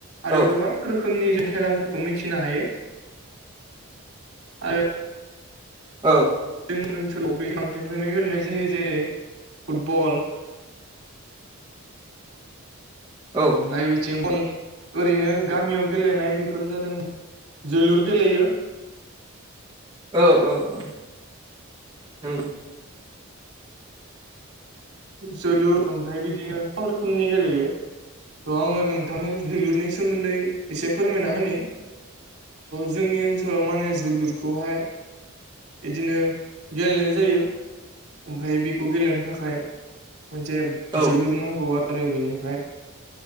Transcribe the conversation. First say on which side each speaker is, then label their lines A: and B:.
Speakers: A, on the right; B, on the right.
A: आरो
B: औ
A: गोबां रोखोमनि जों खेलाफोरखौ मिथिनो हायो आरो
B: ओ।
A: जोंनि ओनसोलाव बै बांसिनखौनो गेलेनाय जायो जेरै फुटबल।
B: औ
A: ओमफ्राय बेथिं <inaudible> ओरैनो गामियाव गेलेनाय बेफोरो जादों जोलुर गेलेयो।
B: औ औ औ नंगौ।
A: जोलुर ओमफ्राय बिदिनो गोबां रोखोमनि गेलेयो। थ' आङो नोंथांनो जोलुरनि सोमोन्दै एसे फोरमायना होनि। जोंनि ओनसोलाव माने जोलुरखौहाय बिदिनो गेलेनाय जायो। ओमफ्राय बेखौ गेलेनो थाखाय मोनसे
B: औ
A: जोलुर नांगौ आरो बेनिफ्राय